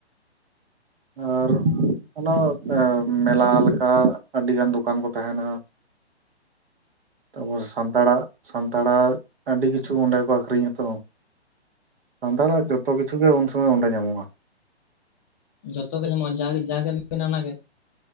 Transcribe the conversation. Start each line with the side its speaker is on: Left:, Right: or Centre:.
Right: ᱟᱨ ᱚᱱᱟ ᱢᱮᱞᱟ ᱞᱮᱠᱟ ᱟᱹᱰᱤᱜᱟᱱ ᱫᱚᱠᱟᱱ ᱠᱚ ᱛᱟᱸᱦᱮᱱᱟ᱾ ᱛᱟᱨᱯᱚᱨ ᱥᱟᱱᱛᱟᱲᱟᱜ ᱥᱟᱱᱛᱟᱲᱟᱜ ᱟᱹᱰᱤ ᱠᱤᱪᱷᱩ ᱚᱸᱰᱮ ᱠᱚ ᱟᱹᱠᱷᱨᱤᱧᱟ ᱛᱚ ᱥᱟᱱᱛᱟᱲᱟᱜ ᱡᱷᱚᱛᱚ ᱠᱤᱪᱷᱩ ᱜᱮ ᱩᱱ ᱥᱚᱢᱚᱭ ᱚᱸᱰᱮ ᱧᱟᱢᱚᱜᱼᱟ᱾
Left: ᱡᱷᱚᱛᱚ ᱜᱮ ᱧᱟᱢᱚᱜ ᱟ ᱡᱟ ᱡᱟᱜᱮᱢ ᱢᱱᱟ ᱚᱱᱟ ᱜᱮ?